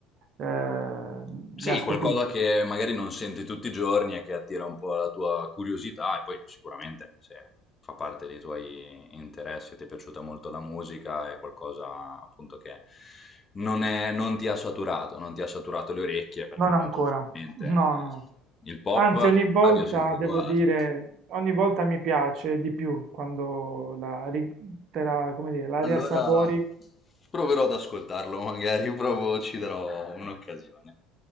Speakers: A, on the right (about 55°); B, on the left (about 30°).
A: mi
B: Sì,
A: ha stupito.
B: qualcosa che magari non senti tutti i giorni e che attira un po' la tua curiosità e poi sicuramente se fa parte dei tuoi interessi, ti è piaciuta molto la musica, è qualcosa appunto che non, è- non ti ha saturato, non ti ha saturato le orecchie perché
A: Non
B: tanto
A: ancora,
B: ovviamente
A: no,
B: eh,
A: no.
B: il pop
A: Anzi, ogni
B: in
A: volta
B: radio è sempre
A: devo
B: uguale.
A: dire, ogni volta mi piace di più quando la, ri- te la, come dire, la
B: Allora
A: riassapori
B: proverò ad ascoltarlo, magari <laughs> provo, ci darò un'occasione.